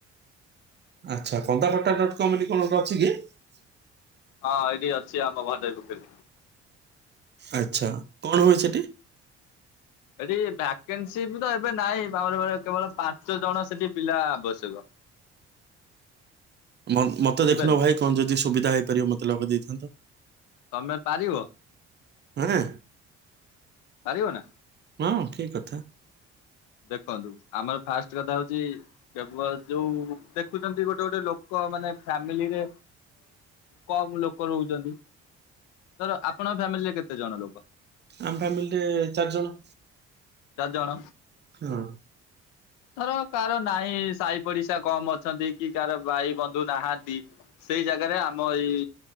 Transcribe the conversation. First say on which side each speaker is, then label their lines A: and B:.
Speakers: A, on the right; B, on the left.
A: ଆଚ୍ଛା କନ୍ଦାକଟା ଡଟ୍ କମ୍ ବୋଲି କଣ ଗୋଟେ ଅଛିକି।
B: ହଁ ଏଇଟି ଅଛି ଆମ <unintelligible> ଗୁଟେ
A: ଆଚ୍ଛା କଣ ହୁଏ ସେଠି
B: ଏଠି ଭକେନ୍ସିତ ଏବେ ନାହିଁ <unintelligible> କେବଳ ପାଞ୍ଚ ଜଣ ସେଠି ପିଲା ଆବଶ୍ୟକ। <inaudible>
A: ମ ମତେ
B: ବୁଝିପାରିଲେ
A: ଦେଖୁନ ଭାଇ କଣଯଦି ସୁବିଧା ହେଇପାରିବ ମତେ ଲଗେଇଦେଇଥାନ୍ତ।
B: ତମେ ପାରିବ
A: ଆଁ
B: ପାରିବନା
A: ହଁ ଠିକକଥା
B: ଦେଖନ୍ତୁ, ଆମର ଫାଷ୍ଟକଥା ହଉଛି, କେବଳ ଯୋଉ ଦେଖୁଛନ୍ତି ଗୋଟେଗୋଟେ ଲୋକ ମାନେ ଫାମିଲିରେ କମଲୋକ ରହୁଛନ୍ତି ଧର, ଆପଣଙ୍କ ଫ୍ୟାମିଲିରେ କେତେଜଣ ଲୋକ?
A: ଆମ ଫ୍ୟାମିଲୀରେ ଚାରିଜଣ
B: ଚାରି ଜଣ
A: ହଁ
B: ଧର କାହାରନାହିଁ ସାହିପଡିଶା କମ ଅଛନ୍ତି କି କାହାର ଭାଇବନ୍ଧୁ ନାହାନ୍ତି। ସେଇ ଜାଗାରେ ଆମ ଏଇ